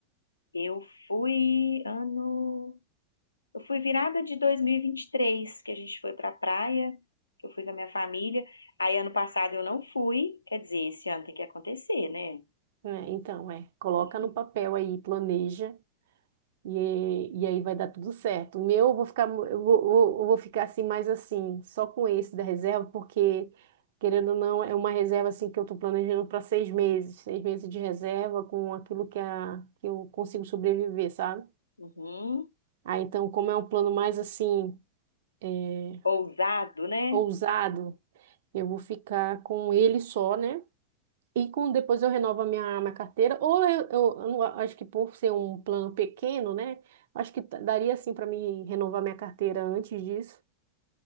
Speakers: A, on the left; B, on the right.
A: eu fui ano. Eu fui virada de dois mil e e vinte e três, que a gente foi pra praia, que eu fui com a minha família. Aí ano passado eu não fui, quer dizer, esse ano tem que acontecer, né?
B: Né? Então, é, coloca
A: <laughs>
B: no papel aí, planeja. E, é- e aí vai dar tudo certo. O meu, eu vou ficar, mu- eu vou, vou- eu vou ficar assim, mais assim, só com esse da reserva, porque, querendo ou não, é uma reserva assim que eu estou planejando para seis meses, seis meses de reserva com aquilo que, a, que eu consigo sobreviver, sabe?
A: Uhum.
B: Ah, então, como é um plano mais assim, é,
A: Ousado, né?
B: ousado, eu vou ficar com ele só, né? E com, depois eu renovo a minha, minha carteira, ou eu, eu, eu não a- acho que por ser um plano pequeno, né? Acho que t- daria assim para mim renovar minha carteira antes disso.